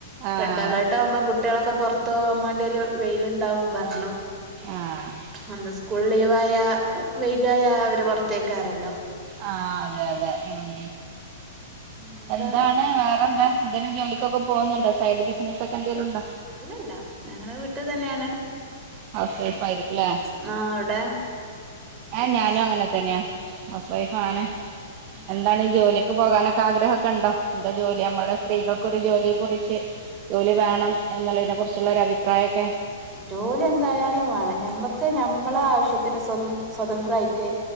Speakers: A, on the right; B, on the right.
A: ആഹ്
B: റെഡ്അലേർട്ട് ആവുമ്പം കു കുട്ട്യേളൊക്കെ പൊർത്തോവാൻ മാണ്ട്യൊര് വെയിലുണ്ടാവും പറഞ്ഞു.
A: ആഹ്
B: അന്ന് സ് സകൂൾ ലീവായാ വെയ്ലായാ അവര് പൊർത്തേയ്ക്കാരല്ലോ.
A: ആഹ് അതെ അതെ. മം
B: പിന്നെന്താ
A: എന്താണ്. വേറെന്താ? എന്തേലും ജോലികൊക്കെ പോവുന്നുണ്ടോ? സൈഡ് ബിസിനസ്ഒക്കെ എന്തേലുണ്ടോ?
B: ഇല്ലല്ല ഞാങ്ങനെ വീട്ട് തന്നേണ്.
A: ഹൗസ് വൈഫ് ആയിരിക്കുലേ
B: മാ ഔടെ?
A: ഏഹ്. ഞാനും അങ്ങനെതന്നെയാ. ഹൗസ് വൈഫ് ആണ്.
B: ആഹ്
A: എന്താണ് ജോലി ക്ക് പോകാനൊക്കെ ആഗ്രഹൊക്കെണ്ടോ? എന്താ ജോലി നമ്മടെ സ്ത്രീകൾക്കൊരു ജോലി കുറിച്ച് ജോലി വേണം എന്നുള്ളതിനെക്കുറിച്ചുള്ളൊരു അഭിപ്രായൊക്കെ
B: ജോലി എന്തായാലും വേണം. ഞമ്മക്ക് നമ്മളെ ആവശ്യത്തിന് സ്വത സ്വതന്ത്രായിട്ട്